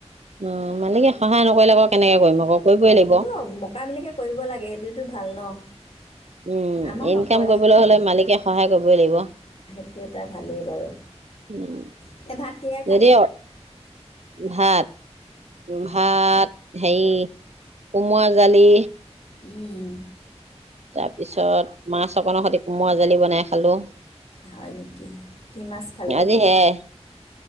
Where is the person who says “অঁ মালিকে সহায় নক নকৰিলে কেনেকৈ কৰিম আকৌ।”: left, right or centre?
Right